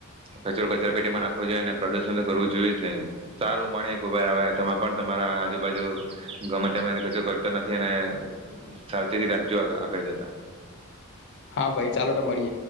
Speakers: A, on the right; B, on the left.
A: કચરો કચરા પેટીમાં નાખવો જોઈએ. અને પ્રદુષણ તો કરવું જોઈએ જ નહી. સારું, મળે કો વાર આવે. તમે પણ તમારા આ આજુબાજુ ગમે ટાઈમે કચરો કરતા નથી, અને અ સાવચેતી રાખજો આ આગળ જતા.
B: હા ભાઈ ચાલો તો મળીએ.